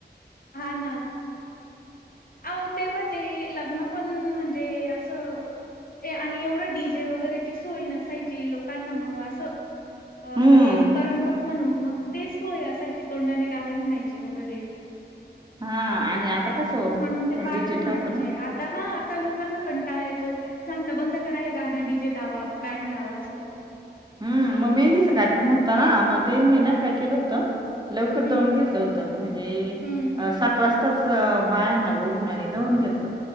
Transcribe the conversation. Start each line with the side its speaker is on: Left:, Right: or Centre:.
Left: हा ना? अहो ते होते ते लग्न पण म्हणजे अस आणि एवढ डी जे वगैरेची सोय नसायची लोकांना मग असं
Right: हम्म
Left: हे करमणूक म्हणून मग ते सोय असायची तोंडाने गाणे म्हणायचे वगैरे
Right: हा आणि आता कसं आपण
Left: म्हणून ते पाठवून
Right: डी जे ठेवतो
Left: जायचे
Right: ना
Left: आता हा आता लोकांना कंटाळा येतो सांगता बंद आहे ना डी जे लावा बँड लावा अस करतात.
Right: हम्म, मग मेहंदीचा कार्यक्रम होता ना मग तेनी ना काय केलं होतं. लवकर
Left: हम्म
Right: दळून घेतलं होत म्हणजे
Left: हम्म
Right: सात वाजताच. बायांना बोलून नि जळून घेतलं.